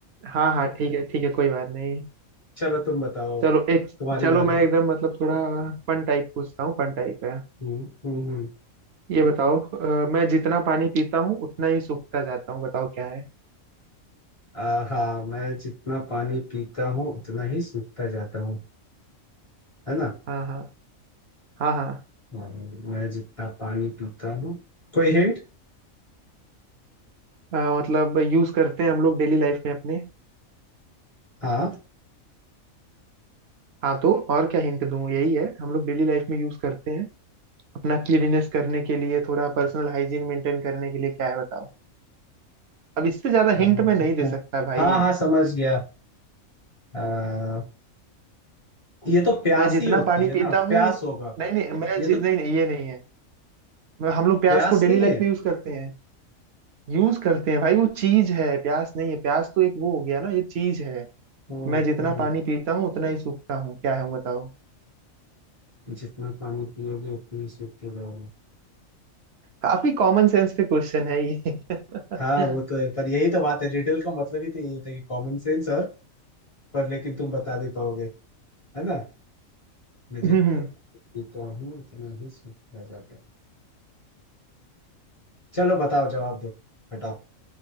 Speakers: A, on the right; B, on the left.
A: हाँ हाँ ठीक है ठीक है कोई बात नहीं
B: चलो तुम बताओ
A: चलो एक
B: तुम्हारे
A: चलो
B: बारे
A: मैं एकदम मतलब थोड़ा फन टाइप पूछता हूँ फन टाइप है
B: हम्म हम्म हम्म।
A: ये बताओ अ, मैं जितना पानी पीता हूँ उतना ही सूखता जाता हूँ बताओ क्या है
B: आ, हाँ मैं जितना पानी पीता हूँ उतना ही सूखता जाता हूँ है ना
A: हाँ हाँ हाँ हाँ
B: और मैं जितना पानी पीता हूँ कोई हिंट
A: अ, मतलब यूज करते हैं हम लोग डेली लाइफ में अपने
B: हाँ
A: हाँ तो और क्या हिंट दूँ यही है हम लोग डेली लाइफ में यूज करते हैं अपना क्लीनिनेस करने के लिए थोड़ा पर्सनल हाइजीन मेंटेन करने के लिए क्या है बताओ अब इससे ज्यादा
B: मैं
A: हिंट मैं
B: जितना
A: नहीं दे सकता भाई
B: हाँ हाँ समझ गया आ, ये तो प्यास
A: मैं जितना
B: ही होती
A: पानी
B: है
A: पीता
B: ना प्यास
A: हूँ
B: होगा
A: नहीं नहीं मैं
B: ये
A: जि...
B: तो
A: नहीं नहीं ये नहीं है मैं हम लोग प्याज
B: प्यास
A: को डेली
B: नहीं
A: लाइफ
B: है
A: में यूज करते हैं यूज करते हैं भाई वो चीज है प्याज नहीं है प्याज तो एक वो हो गया ना ये चीज है
B: हम्म
A: मैं जितना
B: हम्म।
A: पानी पीता हूँ उतना ही सूखता हूँ क्या है बताओ
B: जितना पानी पियोगे उतनी सूखते जाओगे
A: काफी कॉमन सेंस पे क्वेश्चन है ये <laughs>
B: हाँ वो तो है पर यही तो बात है रिडल का मतलब ही तो यही होता है कि कॉमन सेंस और पर लेकिन तुम बता नहीं पाओगे है ना मैं जितना
A: हम्म,
B: जीता हूँ उतना ही सूखता जाता हूँ। चलो बताओ जवाब दो बताओ